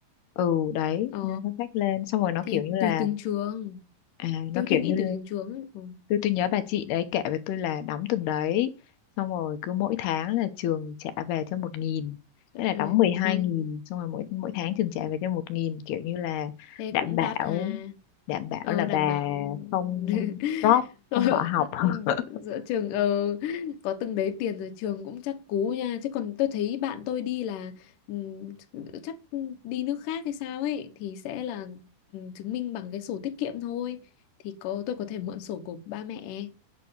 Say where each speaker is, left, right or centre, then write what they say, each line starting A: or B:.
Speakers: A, on the left; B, on the left.
A: ừ đấy
B: ờ
A: nên ngân sách lên xong rồi nó
B: thì
A: kiểu như là
B: tùy từng trường
A: à, nó
B: tôi
A: kiểu
B: tôi nghĩ
A: như
B: tùy từng trường ấy. Ừ.
A: tôi tôi nhớ bà chị đấy kể với tôi là đóng từng đấy xong rồi cứ mỗi tháng là trường trả về cho một nghìn
B: Dạ,
A: thế là đóng mười hai
B: ừ.
A: nghìn xong rồi mỗi mỗi tháng trường trả
B: ừ.
A: về cho một nghìn kiểu như là
B: thế
A: đảm
B: cũng
A: bảo
B: đắt hà
A: đảm bảo
B: ờ,
A: là
B: đảm
A: bà
B: bảo
A: không
B: <laughs>
A: drop không
B: Ờ,
A: bỏ học <laughs>
B: ông giữa trường ờ, có từng đấy tiền rồi trường cũng chắc cú nha chứ còn tôi thấy bạn tôi đi là ừm, chắc đi nước khác hay sao ấy thì sẽ là ừm, chứng minh bằng cái sổ tiết kiệm thôi thì có tôi có thể mượn sổ của ba mẹ